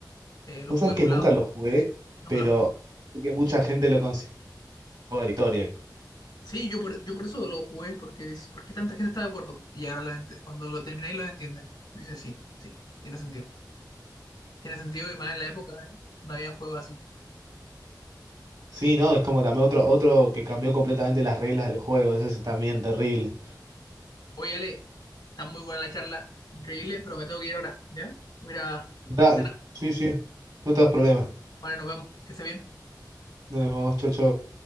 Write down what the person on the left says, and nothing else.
Eh, lo
jugué
emulado,
nunca
lo jugué.
Sí, yo por, yo por eso lo jugué, porque dices, ¿por qué tanta gente está de acuerdo? Y ahora lo ent- cuando lo terminé y lo entiendes, dices, sí, sí, tiene sentido. Tiene sentido y más en la época, eh, que no había juegos así.
Oye, Ale, está muy buena la charla, increíble, pero me tengo que ir ahora, ¿ya? Voy a ir a,
a entrenar.
Vale, nos vemos, que esté bien.